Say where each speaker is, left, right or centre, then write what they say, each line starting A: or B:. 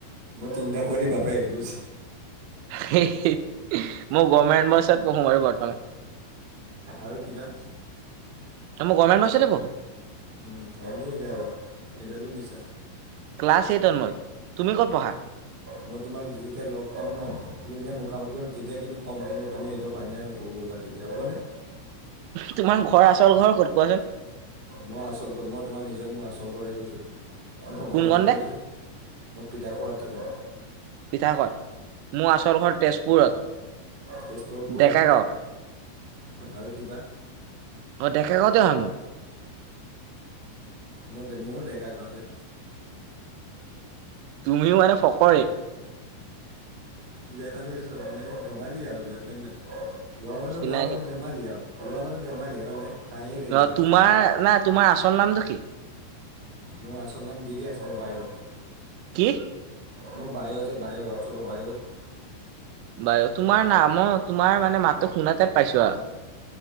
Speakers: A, on the right; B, on the right.
A: মোৰ তিনিটা পোৱালি বাপে গৈছে
B: মোৰ গভৰ্মেণ্ট বছত পঢ়ো বাৰু বৰ্তমান
A: আৰু কিবা
B: মই গভমেণ্ট বইচতে পঢ়ো
A: উম এনেডাল সেইডালো মিছা
B: ক্লাছ এইটত মই তুমি ক'ত পঢ়া
A: মই তোমাক যেতিয়া লগ পাম ন যুনীয়া মুখামুখি হ'ম তেতিয়া কিন্তু ক'ম কিন্তু তুমি এইটো হয় নাই ন ক'ব পাতি দা হ'বণনে
B: তোমাৰ ঘৰ আচল ঘৰ ক'ত কোৱাচোন
A: মই আচল ঘ মই তোমাৰ নিজৰ মোৰ আচল ঘৰে কৈছোঁ মই
B: কোন
A: ভয়
B: কণতে
A: নকওঁ যে মোৰ পিঠা খোৱ থাকওঁ
B: পিঠা ক মোৰ আচলখন তেজপুৰত
A: তেজপুৰৰ ক'ত
B: ডেকা গাঁও
A: আৰু কিবা
B: অঁ ডেকা গাঁওঁতে অা মোৰ
A: মোৰ মোৰ ডেকা গাওঁতে
B: তুমিও মানে ফকৰে
A: ইয়াত আমি ধেমালি আৰু এইবিলাক হয় ন লোৱা মানুহ
B: চিনাকি
A: লোৱা মানুহ ধেমালি আৰু লোৱা মানুহ ধেমালি হয়নে হাঁহিয়ে থাকিব
B: অ
A: লাগে
B: তোমাৰ নাই তোমাৰ আচল নামটো কি
A: মোৰ আচল নাম দি দিয়া আছে মোৰ বায়'ত
B: কি
A: মোৰ বায়' যে বায়' হোৱাটচ্আপৰ বায়'ত
B: বায়' তোমাৰ নাম মই তোমাৰ মানে মাতটো শুনা টাইপ পাইছো আ